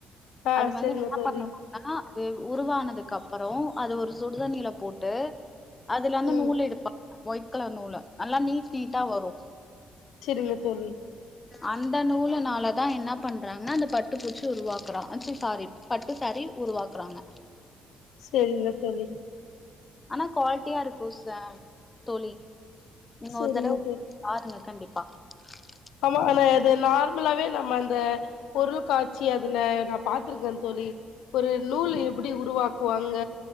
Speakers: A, on the left; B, on the left.
A: ஆ
B: அது வந்து
A: செரிங்க
B: என்ன
A: தோழி
B: பண்ணுவெம்னா உருவானதுக்கு அப்பறோ அது ஒரு சுடுதண்ணியில போட்டு அதுல வந்து
A: ம்
B: நூலெடுப்போ ஒயிட் கலர் நூலு நல்லா நீட் நீட்டா வரு
A: சேரிங்க தோலி.
B: அந்த நூலுனாலதா என்ன பண்றாங்கன்னா அந்த பட்டு பூச்சி உருவாக்குறோ ச்சி சாரி பட்டு சாரீ உருவாக்குறாங்க.
A: சேரிங்க தோலி.
B: ஆனா குவாலிட்டியா இருக்கோ சேம் தோலி. நீங்க
A: செரிங்க
B: ஒரு தடவ
A: தோழி
B: பாருங்க கண்டிப்பா. பா.
A: ஆமா ஆனா அது நார்மலாவே நம்ம அந்த பொருள் காட்சி அதுல நா பாத்திருக்கே தோலி ஒரு நூலு. எப்டி உருவாக்குவாங்க